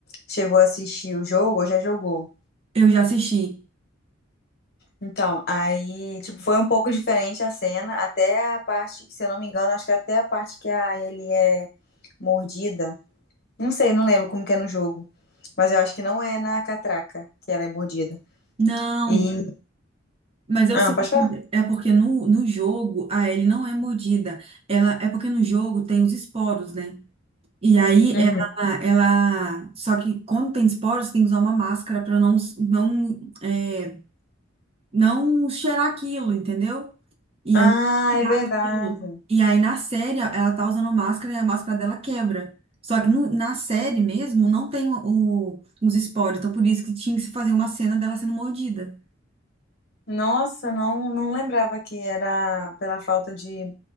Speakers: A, on the left (about 50°); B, on the right (about 30°).
A: chegou a assistir o jogo ou já jogou.
B: Eu já assisti.
A: Então, aí, tipo, foi um pouco diferente a cena, até a parte, se eu não me engano, acho que até a parte que a ele é mordida. Não sei, não lembro como que é no jogo. Mas eu acho que não é na catraca que ela é mordida.
B: Não,
A: E.
B: mas eu sei
A: Ah, pode
B: que
A: falar?
B: é porque no, no jogo a Ellie não é mordida. Ela, é porque no jogo tem os esporos, né? E aí
A: Uhum.
B: ela, ela. Só que quando tem esporos, tem que usar uma máscara para não, não é, não cheirar aquilo, entendeu? E
A: Ah,
B: aí tirar
A: é verdade.
B: aquilo. E aí na série ela tá usando máscara e a máscara dela quebra. Só que no- na série mesmo não tem o- os esporos, então por isso que tinha que se fazer uma cena dela sendo mordida.
A: Nossa, não, não lembrava que era pela falta de